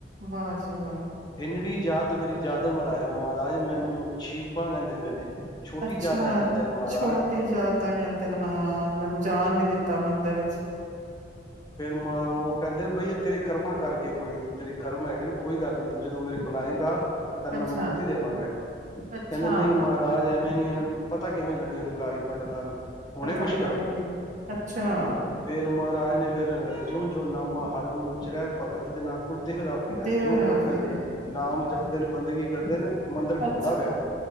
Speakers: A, on the right; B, on the left.
A: ਵਾਹ ਜੀ ਵਾਹ।
B: ਨੜੀ ਜਾਤ ਤੇ ਮੇਰੀ ਜਾਦਮ ਰਾਇਆ, ਮਹਾਰਾਜ ਮੈਨੂੰ ਛੀਪਾਂ ਕਹਿੰਦੇ ਪੇ ਨੇ। ਛੋਟੀ
A: ਅੱਛਾ
B: ਜਾਤ ਦਾ ਕਹਿੰਦੇ ਨੇ ਮਹਾਰਾਜ
A: ਛੋਟੀ ਜਾਤ ਦਾ ਕਹਿੰਦੇ ਨੇ ਹਾਂ ਮੈਨੂੰ ਜਾਣ ਨੀ ਦਿੱਤਾ ਮੰਦਰ ਇੱਚ।
B: ਫਿਰ ਮ ਔ ਕੈਂਦੇ ਬਈ ਇਹ ਤੇਰੇ ਕਰਮਾਂ ਕਰਕੇ ਕੋਈ ਤੇਰੇ ਕਰਮ ਹੈਗੇ ਨ, ਕੋਈ ਗੱਲ ਨੀ ਤੂੰ ਜਦੋਂ ਮੇਰੇ ਕੋਲ ਆਏਂਗਾ ਤੇ ਤੈਂਨ ਮੈ
A: ਅੱਛਾ
B: ਮੁਕਤੀ ਦੇਵਾਂਗਾ। ਕਹਿੰਦੇ
A: ਅੱਛਾ
B: ਨਈ ਮਾਹਰਾਜ ਤੇ ਐਵੇਂ ਨੀ ਇਹਨਾਂ ਨੂੰ ਪਤਾ ਕਿਵੇਂ ਲੱਗੇ ਹੰਕਾਰੀ ਪੰਡਿਤਾਂ ਨੂੰ ਹੁਣੇ
A: ਪਤਾ
B: ਕੁਛ
A: ਕਿਵੇਂ ਲੱਗੇ? ਅੱਛਾ!
B: ਤੇ ਮਾਹਰਾਜ ਨੇ ਫੇਰ ਜਿਉਂ-ਜਿਉਂ ਨਾਮਾ ਹਰ ਗੁਣ ਉਚਰੇ ਭਗਤ ਜਨਾ ਕੋ ਦੇਹੁਰਾ ਫਿਰੈ।
A: ਦੇਹਰਾ
B: ਜੋ-ਜੋ ਫਿਰ
A: ਹੈ।
B: ਨਾਮ ਜਪਦੇ ਨੇ, ਬੰਦਗੀ ਕਰਦੇ ਨੇ ਮੰਦਰ
A: ਅੱਛਾ
B: ਘੁੰਮਦਾ ਪਿਆ ਉਹ।